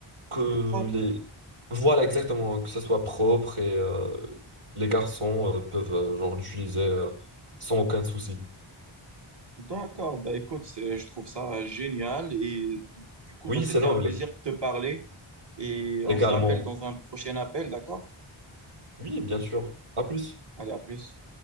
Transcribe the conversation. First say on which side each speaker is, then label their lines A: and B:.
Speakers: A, on the right; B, on the right.
A: que
B: Propre.
A: les... Voilà, exactement, que ça soit propre et euh, les garçons euh, peuvent euh, genre l'utiliser euh, sans aucun souci.
B: D'accord, bah écoute, c'est- je trouve ça génial et du du coup,
A: Oui,
B: bah, c'était
A: c'est noble,
B: un plaisir de te parler et
A: également.
B: on se rappelle dans un prochain appel, d'accord?
A: Oui, bien sûr. À plus.
B: Allez, à plus.